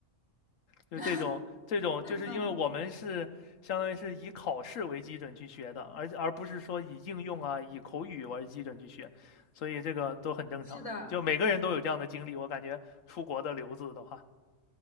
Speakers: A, on the left; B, on the left.
A: 就这种这种，
B: <laughs>
A: 就是因为我们是相当于是以考试为基准去学的，
B: 嗯
A: 而而不是说以应用啊、以口语为基准去学，所以这个都很正常，
B: 是的，
A: 就每个人都有这样的经历。我感觉出国的留子的话，